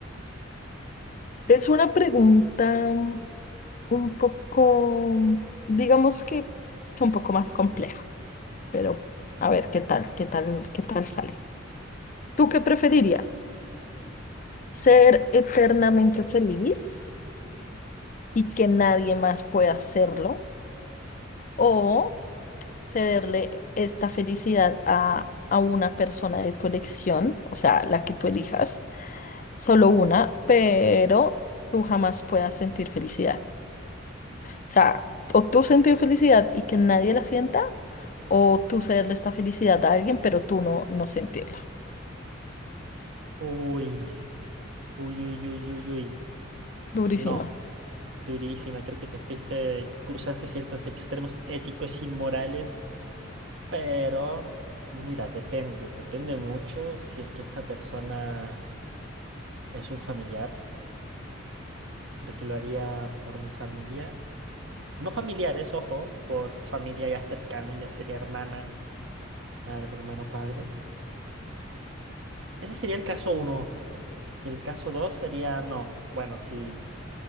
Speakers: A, on the left; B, on the right.
A: Es una pregunta un poco, digamos que un poco más compleja, pero a ver qué tal, qué tal, qué tal sale. ¿Tú qué preferirías? ¿Ser eternamente feliz y que nadie más pueda hacerlo? ¿O cederle esta felicidad a, a una persona de tu elección, o sea, la que tú elijas, solo una, pero tú jamás puedas sentir felicidad? sea, o tú sentir felicidad y que nadie la sienta, o tú cederle esta felicidad a alguien, pero tú no, no sentirla.
B: Uy, uy, uy, uy, uy, uy.
A: Durísima.
B: No, durísima. Creo que te fuiste, cruzaste ciertos extremos éticos y morales. Pero, mira, depende, depende mucho si es que esta persona es un familiar. Creo que lo haría por mi familia. No familiares, ojo, por familia ya cercana, ya sería hermana, madre, hermano, padre. Ese sería el caso uno. Y el caso dos sería, no, bueno, si,